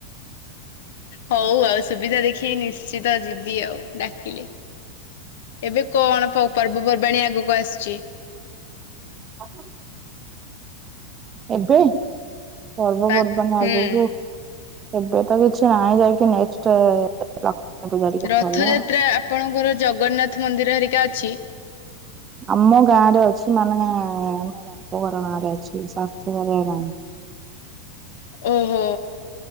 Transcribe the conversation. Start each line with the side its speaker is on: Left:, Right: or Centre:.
Left: ହଉ ଆଉ ସୁବିଧା ଦେଖିକି ନିଶ୍ଚିତ ଯିବି ଆଉ ଡାକିଲେ। ଏବେ କଣ ପ ପର୍ବପର୍ବାଣି ଆଗକୁ ଆସୁଛି?
Right: ହଁ ଆ ଏବେ ପର୍ବପର୍ବାଣି
Left: ପାକ୍
Right: ଆଗକୁ
Left: ହୁଁ।
Right: ଏବେ ତ କିଛି ନାହିଁ ଯାଇକି ନେଷ୍ଟ ଲକ୍ଷ୍ମୀ ପୂଜା ଟିକେ
Left: ରଥଯାତ୍ରା
Right: ଭଲ ଆ
Left: ଆପଣଙ୍କର ଜଗନ୍ନାଥ ମନ୍ଦିର ହେରିକା ଅଛି?
Right: ଆମ ଗାଁ ରେ ଅଛି ମାନେ ଆମ ବାପ ଘର ଗାଁରେ ଅଛି ଶାଶୁ ଘରେ ନାହିଁ।
Left: ଓହୋ।